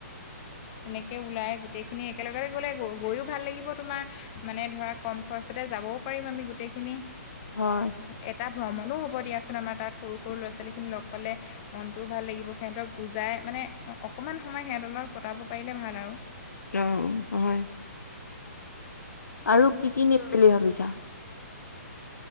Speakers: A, on the left (about 30°); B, on the left (about 75°).
A: এনেকে ওলাই গোটেইখিনি একেলগতে গলে, গৈও ভাল লাগিব তোমাৰ মানে ধৰা কম খৰচতে যাবও পাৰিম আমি গোটেইখিনি।
B: হয়।
A: এটা ভ্ৰমণো হ'ব দিয়াচোন আমাৰ তাত সৰু সৰু ল'ৰা ছোৱালী খিনি লগ পালে। মনটোও ভাল লাগিব সিহঁতক বুজাই মানে অকমান সময় সিহঁতৰ লগত কটাব পাৰিলে ভাল আৰু।
B: অ' হয়। আৰু কি কি নিম বুলি ভাবিছা?